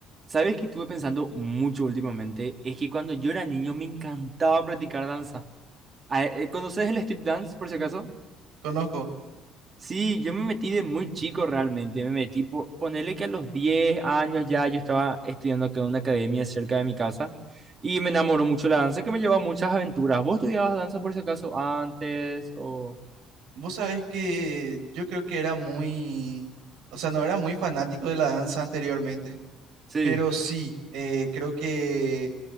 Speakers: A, on the right; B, on the right.
A: ¿Sabes qué estuve pensando mucho últimamente? Es que cuando yo era niño me encantaba practicar danza. A- eh, eh, ¿Conoces el street dance, por si acaso?
B: Conozco.
A: Sí, yo me metí de muy chico realmente. Me metí por ponerle que a los 10 años ya yo estaba estudiando acá en una academia cerca de mi casa y me enamoró mucho la danza que me llevó a muchas aventuras. ¿Vos estudiabas danza por si acaso antes o...?
B: Vos sabés que yo creo que era muy, o sea, no era muy fanático de la danza anteriormente,
A: Sí.
B: pero sí, eh, creo que